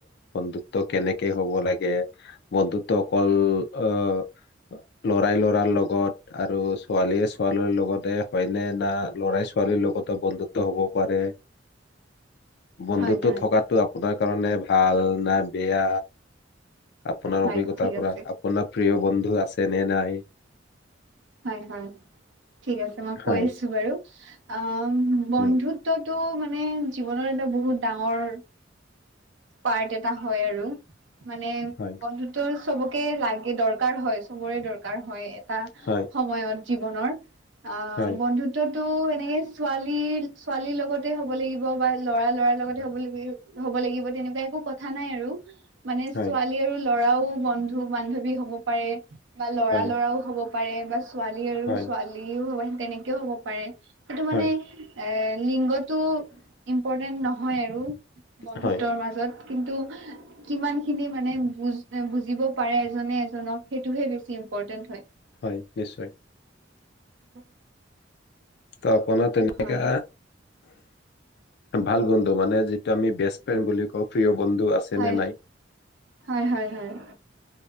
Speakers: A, on the left; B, on the right.
A: বন্ধুত্ব কেনেকে হব লাগে। বন্ধুত্ব ত' অকল, অ' ল'ৰাই লৰাৰ লগত আৰু ছোৱালীয়ে ছোৱালীৰ লগতে হয়নে না ল'ৰাই ছোৱালীৰ লগতো বন্ধুত্ব হ'ব পাৰে বন্ধুত্ব
B: হয় হয়
A: থকটো আপোনাৰ কাৰণে ভাল না বেয়া আপোনাৰ
B: হয়
A: অভিজ্ঞতাৰ
B: ঠিক
A: পৰা,
B: আছে
A: আপোনাৰ প্ৰিয় বন্ধু আছে নে নাই?
B: হয় হয়, ঠিক আছে, মই
A: হয়
B: কৈ আছো বাৰু। অ', উম বন্ধুত্বত
A: উম
B: টো মানে জীৱনৰ এটা বহুত ডাঙৰ, পাৰ্ট এটা হয় আৰু। মানে,
A: হয়
B: বন্ধুত্ব চবক কে লাগে, দৰকাৰ হয়, চবৰে দৰকাৰ হয়। তা
A: হয়
B: সময়ত জীৱনৰ অ',
A: হয়
B: বন্ধুত্বতো এনেকে ছোৱালী লীৰ ছোৱালীৰ লগতে হ'ব লাগিব বা ল'ৰা লৰাৰ লগতে হ'ব-ল-হ'ব লাগিব তেনেকুৱা একো কথা নাই আৰু। মানে
A: হয়
B: ছোৱালী আৰু ল'ৰাও বন্ধু বান্ধৱী হ'ব পাৰে। বা ল'ৰা
A: হয়
B: ল'ৰাও হ'ব পাৰে বা ছোৱালী আৰু
A: হয়
B: ছোৱালীও হয়। তেনেকেও হ'ব পাৰে। সেইটো মানে,
A: হয়
B: এ, লিংগটো ইম্পৰ্টেণ্ট নহয়। হয় আৰু। বন্ধুত্বৰ
A: হয়
B: মাজত। কিন্তু, কিমান খিনি মানে বুজ-বুজিব পাৰে এজনে এজনক, সেইটোহে বেছি ইম্পৰ্টেণ্ট হয়।
A: হয়, নিশ্চয়।
B: <inaudible>
A: ত', আপোনাৰ তেনেকা
B: হয়
A: ভাল বন্ধু, মানে যিটো আমি বেষ্ট ফ্ৰেণ্ড বুলি কওঁ, প্ৰিয় বন্ধু আছে
B: হয়
A: নে নাই?
B: হয় হয় হয়,